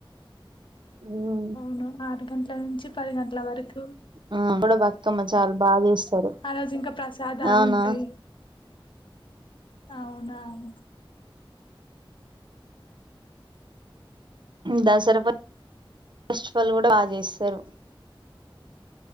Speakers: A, on the right; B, on the left.
A: ఉమ్.
B: అవును ఆరు గంటల నుంచి పది గంటల వరకు
A: ఆ కూడా బక్కమ్మ చాలా బాగా చేస్తారు
B: ఆ రోజు ఇంకా ప్రసాదాలు
A: అవునా
B: ఉంటాయి అవునా హు
A: దసరా బత ఫస్ఫల్ కూడా బాగా చేస్తారు